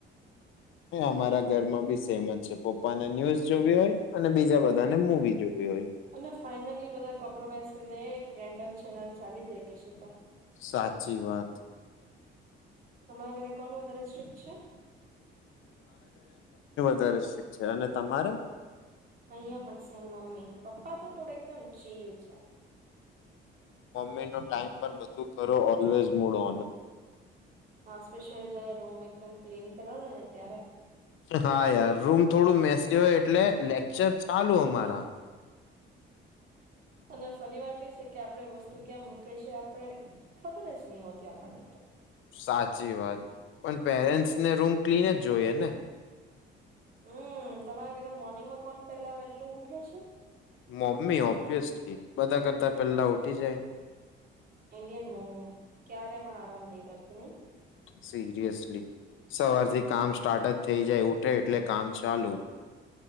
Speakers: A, on the left; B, on the right.
A: અમારા ઘરમાં બી સેમ જ છે. પપ્પાને ન્યુઝ જોવી હોય અને બીજા બધાને મવી જોવી. હોય.
B: અને ફાઈનલી બધા કોમ્પ્રોમાઈઝ. ત એક રેન્ડમ ચેનલ ચાલી જાય પછી, તો
A: સાચી વાત.
B: તમારા ઘરે કોણ વધારે સ્ટ્રિક્ટ છે.
A: દશ છે અને તમારે
B: અહિયાં પણ સેમ મમ્મી પપ્પા તો થોડ એકદમ ચીલ છે.
A: ન ટાઈમ બધું કરો ઓલવેઝ મળો.
B: હા સ્પેશિયલ રૂમ એકદમ ક્લીન કરવાનું હોયને ત્યારે
A: હા યાર રૂમ થોડું મે એટલે લેક્ચર ચાલુ અમારા
B: અને ફની વાત એ છે કે આપડે વસ્તુ ક્યાં મૂકે છે આપણે ખબર જ નહ હોતી આપણને તો.
A: સાચી વાત પણ પેરેન્ટ્સને રૂમ ક્લીન જ જોઈએ ને.
B: હમ તમારા ઘરે મોર્નિંગમાં કોણ પેલા વેલું ઉઠે છે.
A: મમ્મી ઓબ્વિયસલી બધા કરતા પેલા ઉઠી જાય.
B: ઇન્ડિયન મોમ ક્યારે પણ આરામ નહ કરતી નહી.
A: સિરિયસલી સવારથી કામ સ્ટાર્ટ જ થઈ જાય ઉઠે એટલે કામ ચાલુ.